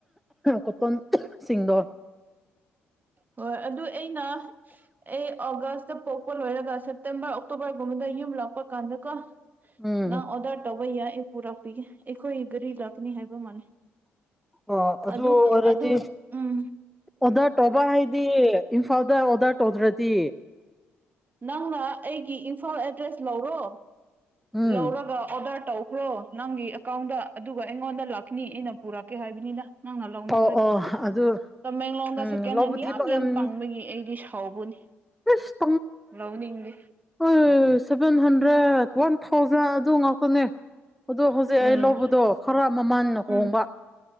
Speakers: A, in the centre; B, on the right.
A: ꯀꯇꯣꯟ ꯁꯤꯁꯤꯡꯗ
B: ꯍꯣꯏ ꯑꯗꯨ ꯑꯩꯅ ꯑꯩ ꯑꯣꯒꯁ ꯄꯣꯛꯄ ꯂꯣꯏꯔꯒ ꯁꯦꯞꯇꯦꯝꯕꯔ ꯑꯣꯛꯇꯣꯕꯔꯒꯨꯝꯕꯗ ꯌꯨꯝ ꯂꯥꯛꯄ ꯀꯥꯟꯗꯒ
A: ꯎꯝ
B: ꯅꯪ ꯑꯣꯗꯔ ꯇꯧꯕ ꯌꯥꯏ ꯑꯩ ꯄꯨꯔꯛꯄꯤꯒꯦ ꯑꯩꯈꯣꯏ ꯒꯥꯔꯤ ꯂꯥꯛꯀꯅꯤ ꯍꯥꯏꯕ ꯃꯥꯜꯂ
A: ꯑꯣ
B: ꯑꯗꯨ
A: ꯑꯣꯏꯔꯗꯤ
B: ꯀ ꯑꯗꯨ ꯎꯝ
A: ꯑꯣꯗꯔ ꯇꯧꯕ ꯍꯥꯏꯗꯤ ꯏꯝꯐꯥꯜꯗ ꯑꯣꯗꯔ ꯇꯧꯗ꯭ꯔꯗꯤ
B: ꯅꯪꯅ ꯑꯩꯒꯤ ꯏꯝꯐꯥꯜ ꯑꯦꯗ꯭ꯔꯦꯁ ꯂꯧꯔꯣ
A: ꯎꯝ
B: ꯂꯧꯔꯒ ꯑꯣꯗꯔ ꯇꯧꯈ꯭ꯔꯣ ꯅꯪꯒꯤ ꯑꯦꯀꯥꯎꯟꯗ ꯑꯗꯨꯒ ꯑꯩꯉꯣꯟꯗ ꯂꯥꯛꯈꯤꯅꯤ ꯏꯩꯅ ꯄꯨꯔꯛꯀꯦ ꯍꯥꯏꯕꯅꯤꯅ ꯅꯪꯅ ꯂꯧꯅꯤꯡꯕꯅꯤ
A: ꯑꯣ ꯑꯣ ꯑꯗꯨ
B: ꯇꯃꯦꯡꯂꯣꯡꯗ
A: ꯎꯝ
B: ꯁꯦꯀꯦꯟ
A: ꯂꯧꯕꯗꯤ
B: ꯍꯦꯟ ꯌꯥꯝ
A: ꯂꯧꯔꯝꯅꯤ
B: ꯌꯥꯝ ꯇꯥꯡꯕꯒꯤ ꯑꯩꯗꯤ ꯍꯥꯎꯧꯕꯅꯤ
A: ꯑꯁ
B: ꯂꯧꯅꯤꯡꯗꯤ
A: ꯑꯩꯣꯏ ꯁꯚꯦꯟ ꯍꯟꯗ꯭ꯔꯦꯗ ꯋꯥꯟ ꯊꯥꯎꯖꯟ ꯑꯗꯨ ꯉꯥꯛꯇꯅꯦ ꯑꯗꯨꯛ ꯍꯧꯖꯤꯛ
B: ꯎꯝ
A: ꯑꯩ ꯂꯧꯕꯗꯣ ꯈꯔ ꯃꯃꯜ ꯈꯍꯣꯡꯕ
B: ꯎꯝ